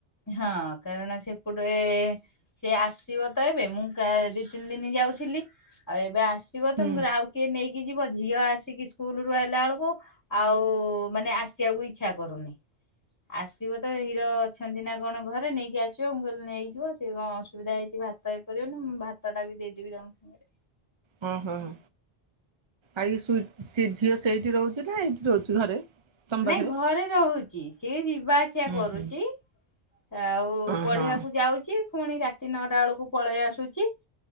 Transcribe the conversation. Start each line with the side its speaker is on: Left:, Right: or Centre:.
Left: ହଁ କାରଣ ସେପଟେ ସେ ଆସିବ ତ ଏବେ ମୁଁ ଦି ତିନି ଦିନ ଯାଉଥିଲି। ଆଉ ଏବେ ଆସିବ ତ
Right: ହୁଁ
Left: ମୁଁ କଇଲି ଆଉ କିଏ ନେଇକି ଯିବ ଝିଅ ଆସିକି ସ୍କୁଲ ରୁ ଆଲା ବେଳକୁ ଆଉ- ମାନେ ଆସିବାକୁ ଇଚଛା କରୁନି ଆସିବ ତ ହିରୋ ଅଛି। ଛନ୍ତି ନା କଣ ଘରେ ନେଇକି ଆସିବ ମୁଁ କହିଲି ନେଇକଯିବ ସେ କଣ ଅସୁବିଧା ହେଇଛି ଭାତ କରିବନି ଭାତଟା ବି <unintelligible>
Right: ହଁ ହୋ ହ ଆ ଶୁ ସେ ଝିଅ ସେଇଠି ରହୁଛି ନା ଏଇଠି ରହୁଛି ଘରେ? ତମ ପାଖରେ
Left: ନାଇଁ ଘରେ ରହୁଛି ସିଏ ଯିବା ଆସିବା
Right: ଉଁ
Left: କରୁଛି।
Right: ହୁଁ
Left: ଆଉ
Right: ଓହୋ
Left: ପଢିବାକୁ ଯାଉଛି ପୁଣି ରାକ ନଅ ଟା ବେଳକୁ ପଳେଇ ଆସୁଛି